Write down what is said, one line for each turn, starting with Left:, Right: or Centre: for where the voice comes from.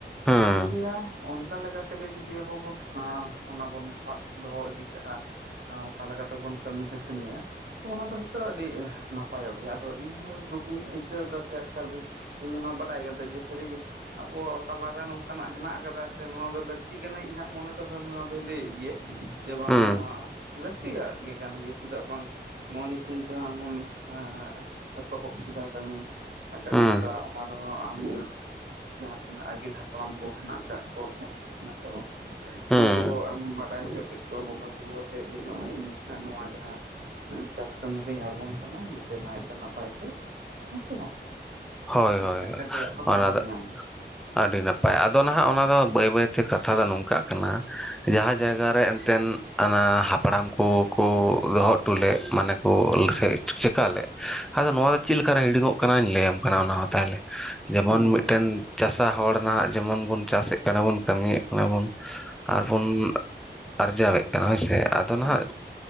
Centre: ᱦᱩᱸ
Right: <unintelligible> ᱚᱱᱠᱟ ᱞᱮᱠᱟᱛᱮ ᱛᱮᱜᱮ ᱡᱩᱫᱤ ᱟᱵᱚ ᱵᱚᱱ <inaudible> ᱚᱱᱟ ᱵᱚᱱ ᱥᱟᱵ ᱫᱚᱦᱚ ᱤᱫᱤ ᱠᱟᱜᱼᱟ ᱾ ᱟᱣᱠᱟ ᱞᱮᱠᱟ ᱛᱮᱵᱚᱱ ᱠᱟᱹᱢᱤ ᱠᱟᱹᱥᱱᱤᱭᱟ ᱾ ᱚᱱᱟ ᱫᱚ ᱦᱚᱭᱛᱚ ᱟᱹᱰᱤ ᱱᱟᱯᱟᱭᱚᱜ ᱜᱮᱭᱟ ᱟᱫᱚ ᱤᱧᱦᱚᱸ ᱫᱩᱠᱤᱧ ᱟᱹᱭᱠᱟᱹᱣ ᱮᱫᱟ ᱥᱮ ᱟᱴᱠᱟᱨ ᱫᱤᱧ ᱤᱧ ᱚᱱᱟ ᱵᱟᱰᱟᱭ ᱠᱟᱛᱮ ᱡᱮ ᱥᱟᱹᱨᱤᱜᱮ ᱟᱵᱚ ᱛᱟᱞᱟᱨᱮ ᱱᱚᱝᱠᱟᱱᱟᱜ ᱦᱮᱱᱟᱜ ᱠᱟᱫᱟ ᱥᱮ ᱱᱚᱣᱟ ᱫᱚ ᱞᱟᱹᱠ ᱛᱤ ᱠᱟᱱᱟ ᱤᱧᱟᱹᱜ ᱢᱚᱱᱮᱛᱮ ᱦᱚ ᱱᱚᱣᱟ ᱫᱚᱭ ᱞᱟᱹᱭᱮᱫ ᱜᱮᱭᱟ ᱡᱮ ᱵᱟᱝ
Centre: ᱦᱩᱸ
Right: ᱱᱚᱣᱟ ᱞᱟᱹᱠᱛᱤᱭᱟᱜ ᱜᱮ ᱠᱟᱱ ᱜᱮᱭᱟ ᱪᱮᱫᱟᱜ ᱵᱟᱝ ᱱᱚᱣᱟ ᱧᱩᱛᱩᱢ ᱛᱮ ᱟᱢ ᱦᱚᱢ ᱮᱸ ᱮᱛᱚᱦᱚᱵ ᱠᱮᱫᱟ ᱠᱟᱹᱢᱤ᱾ ᱠᱟᱹᱢᱤ
Centre: ᱦᱩᱸ
Right: ᱦᱚᱨᱟ ᱚᱱᱟ ᱨᱮᱦᱚ ᱦᱚ ᱟᱢᱨᱮᱱ ᱡᱟᱦᱟᱸ ᱛᱤᱱᱟᱹᱜ ᱟᱹᱜᱤᱞ ᱦᱟᱯᱲᱟᱢ ᱠᱚ ᱦᱮᱸᱱᱟᱜ ᱠᱟᱫ ᱠᱚᱣᱟ ᱦᱮᱸᱥᱮ ᱵᱟᱝ?
Centre: ᱦᱩᱸ
Right: ᱩᱱᱠᱩ ᱦᱚᱸ ᱟᱢ ᱵᱟᱰᱟᱭ ᱦᱚᱪᱚ ᱠᱮᱫ ᱠᱚᱣᱟ ᱵᱚᱸᱜᱟ ᱵᱩᱨᱩ ᱟᱛᱮᱜ ᱡᱮ ᱱᱚᱜᱼᱚᱭ ᱤᱧ ᱱᱚᱣᱟ ᱡᱟᱦᱟᱸ ᱪᱟᱥ ᱠᱟᱹᱢᱤ ᱨᱤᱧ ᱟᱬᱜᱚᱱ ᱠᱟᱱᱟ ᱱᱟᱭ ᱛᱮ ᱱᱟ ᱯᱟᱭᱛᱮ ᱦᱮᱸᱥᱮ ᱵᱟᱝ?
Centre: ᱦᱳᱭ ᱦᱳᱭ
Right: ᱮᱸ ᱮᱴᱠᱮ ᱴᱚᱬᱮ ᱠᱚ
Centre: ᱚᱱᱟ
Right: ᱟᱞᱚ
Centre: ᱫᱚ
Right: ᱧᱟᱢᱤᱧ᱾
Centre: ᱟᱹᱰᱤ ᱱᱟᱯᱟᱭ ᱟᱫᱚ ᱱᱟᱦᱟᱸᱜ ᱚᱱᱟ ᱫᱚ ᱵᱟᱹᱭ ᱵᱟᱹᱭᱛᱮ ᱠᱟᱛᱷᱟ ᱫᱚ ᱱᱚᱝᱠᱟᱜ ᱠᱟᱱᱟ ᱡᱟᱦᱟᱸ ᱡᱟᱭᱜᱟ ᱨᱮ ᱮᱱᱛᱮᱱ ᱟᱱᱟ ᱦᱟᱯᱲᱟᱢ ᱠᱩᱠᱩ ᱫᱚᱦᱚᱴᱚ ᱞᱮᱫ ᱢᱟᱱᱮ ᱠᱚ ᱥᱮ ᱪᱤᱠᱟ ᱞᱮᱫ, ᱟᱫᱚ ᱱᱚᱣᱟ ᱫᱚ ᱪᱮᱫᱞᱠᱟᱨᱮ ᱦᱤᱲᱤᱧᱚᱜ ᱠᱟᱱᱟᱧ ᱞᱟᱹᱭᱟᱢ ᱠᱟᱱᱟ ᱚᱱᱟ ᱦᱚᱸ ᱛᱟᱦᱚᱞᱮ ᱡᱮᱢᱚᱱ
Right: ᱦᱮᱸ
Centre: ᱢᱤᱫᱴᱮᱱ
Right: ᱢᱟ ᱞᱟᱹᱭ ᱢᱮ
Centre: ᱪᱟᱥᱟ ᱦᱚᱲ ᱱᱟᱦᱟᱸᱜ ᱡᱮᱢᱚᱱ ᱵᱚᱱ ᱪᱟᱥᱮᱫ ᱠᱟᱱᱟ ᱵᱩᱱ ᱠᱟᱹᱢᱤᱭᱮᱫ ᱠᱟᱱᱟ ᱵᱩᱱ,
Right: ᱦᱮᱸ
Centre: ᱟᱨᱵᱚᱱ ᱟᱨᱡᱟᱣᱮᱜ ᱠᱟᱱᱟ ᱦᱳᱭᱥᱮ ᱟᱫᱚ
Right: ᱦᱮᱸ
Centre: ᱱᱟᱦᱟᱸᱜ